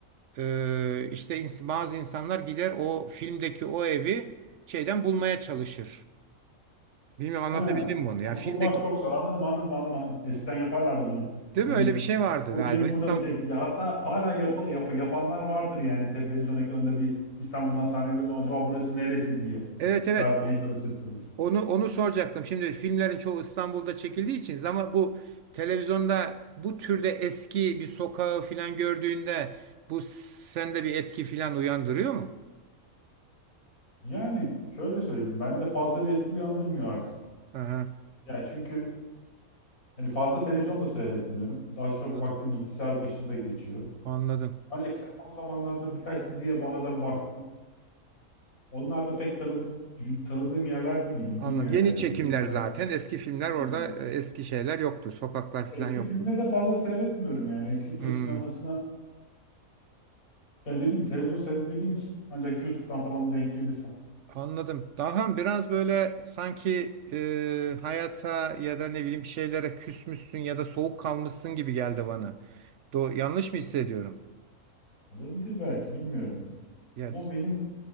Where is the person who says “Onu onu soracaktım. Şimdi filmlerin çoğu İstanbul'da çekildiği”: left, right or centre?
Right